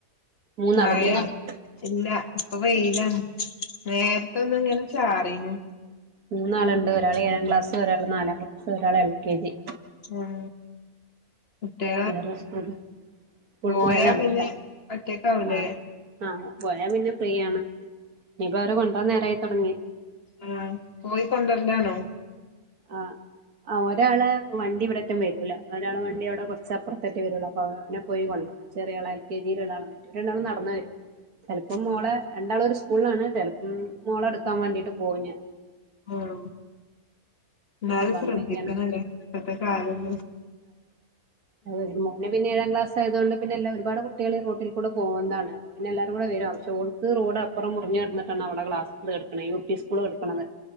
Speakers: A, on the right (about 80°); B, on the left (about 45°).
A: മൂന്നാള്
B: മഴ
A: മൂന്നാള്
B: ഇല്ല ഇപ്പൊ വെയില അതൊന്നും ഇങ്ങനെ ചാരിനോ
A: മൂന്നാളുണ്ട് ഒരാൾ ഏഴാം ക്ലാസ്സസ് ഒരാൾ നാലാം ക്ലാസ് ഒരാൾ എൽ കെ ജി
B: ആഹ മട്ടേ
A: വേറെ സ്കൂൾ സ്കൂൾ
B: പോയാ
A: പോയതാണ്
B: പിന്നെ
A: എല്ലാരും
B: ഒറ്റക്ക ആാവല്ലേ
A: ആഹ് ആഹ് പോയാ പിന്നെ ഫ്രീയാണ് ഇനിപ്പ അവരെ കൊണ്ടുവ നേരായി തുൊടങ്ങി
B: ആഹ് പോയി കൊണ്ടരലാണോ
A: ആഹ ആ ഒരാള് വണ്ടി ഇവിടറ്റും വരൂല ഒരാള് വണ്ടി അവിടെ കുറച്ചപ്പുറത്തേട്ട വരുള്ളൂ അപ്പൊ അനെ പോയി കൊണ്ട ചെറിയള എൽ കെ ജിയിൽ രണ്ടാളറ്റ രാൾ നടന്ന വരും ചെിലപ്പോം മോളെ
B: ആഹ്
A: രണ്ടാളൊ ഒരു സ്കൂളാണ് ചിലപ്പം മോള എടുക്കാൻ വേണ്ടീട്ട് പോയി ഞൻ
B: ആഹ എന്നാലും
A: അപ്പൊ
B: ശ്രദ്ധിക്കുന്നല്ലേ
A: അങ്ങനെയൊക്കെയാണ്
B: ഇത്തെ കാലന്ന്
A: അത മോന് പിന്ന ഏഴാം ക്ലാസ്സ ആതുക കൊണ്ട് പിന്നെല്ല ഒരുപാട് കുട്ടികൾ റൂട്ടിൽ കൂ പോകതാണ് അപ്പോൾ പിന്നെല്ലാവരും വക പക്ഷേ റോഡ്പ്പറ മുറിഞ്ഞിട്ടാണ് അവടെ ക്ലാസ് എടുക്കുന്നത് യു പി സ്കൂൾ എടുക്കുന്നത്